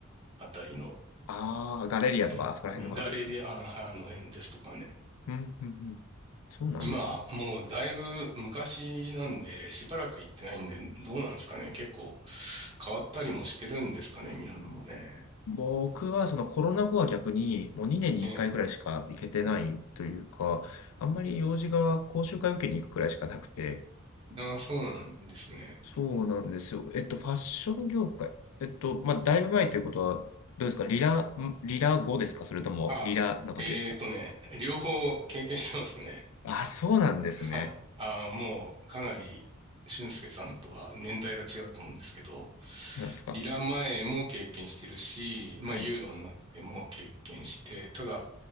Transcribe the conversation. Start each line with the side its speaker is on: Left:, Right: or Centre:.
Right: あたりの、
Left: ああ、ガレリアとか、
Right: えガレリア、
Left: あそこら辺のあたりですね。
Right: ああの辺ですとかね。
Left: うん、うん、うん。そうなんですね。
Right: 今、もうだいぶ昔なんで、しばらく行ってないんで、どうなんですかね。結構変わったりもしてるんですかね、ミラノもね。
Left: 僕はそのコロナ後は逆にもう2年に1回くらいしか行けてないというか、
Right: ええ。
Left: あんまり用事が講習会受けに行くくらいしかなくて、
Right: ああ、そうなんですね。
Left: そうなんですよ。えっと、ファッション業界。えっと、まあ、だいぶ前ということは、どうですかリラ、んリラ後ですかそれともリラの時ですか
Right: あ、えーとね、両方経験してますね。
Left: あ、そうなんですね。
Right: はい。あー、もうかなり俊介さんとは年代が違うと思うんですけど、
Left: なんですか
Right: リラ前も経験してるし、
Left: はい。
Right: まあユーロになっても経験して、ただ、